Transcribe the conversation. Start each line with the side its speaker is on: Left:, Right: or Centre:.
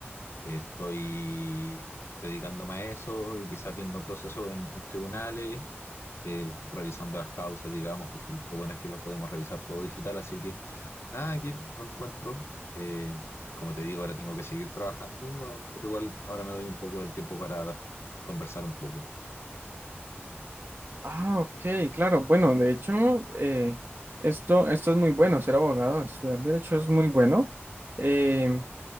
Left: estoy dedicándome a eso y quizás viendo procesos en en tribunales eh, revisando las causas, digamos, porque lo bueno es que lo podemos revisar todo digital, así que nada, aquí lo encuentro. Eh, como te digo, ahora tengo que seguir trabajando, ah, pero igual ahora me doy un poco del tiempo para conversar un poco,
Right: Ah, ok, claro, bueno, de hecho, eh, esto, esto es muy bueno, ser abogado, estudiar derecho es muy bueno. Eh,